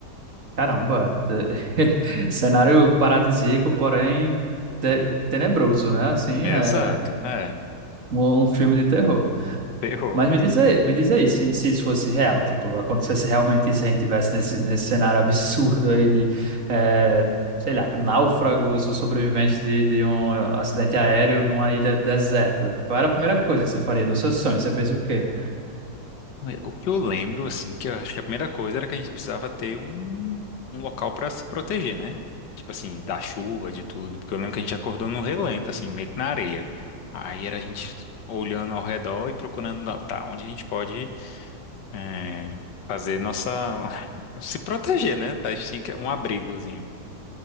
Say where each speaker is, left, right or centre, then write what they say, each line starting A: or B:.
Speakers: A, on the right; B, on the left.
A: Caramba! <laughs> Cenário paradisíaco, porém te- tenebroso, né? Assim,
B: Exato,
A: é
B: é,
A: um um filme de terror.
B: ferrou.
A: Mas me diz aí, me diz aí se, se isso fosse real, tipo, acontecesse realmente isso, a gente tivesse nesse, nesse cenário absurdo aí de, eh, sei lá, náufragos ou sobreviventes de, de um acidente aéreo numa ilha deserta. Qual era a primeira coisa que você faria no seu sonho? Você fez o quê?
B: O que eu lembro, assim, que eu acho que a primeira coisa era que a gente precisava ter um, um local para se proteger, né? Tipo assim, da chuva, de tudo. Porque eu lembro que a gente acordou no relento, assim, meio que na areia. Aí era a gente olhando ao redor e procurando, não, tá, onde a gente pode é, fazer nossa. <laughs> se proteger, né? Tá, a gente tinha que- um abrigozinho.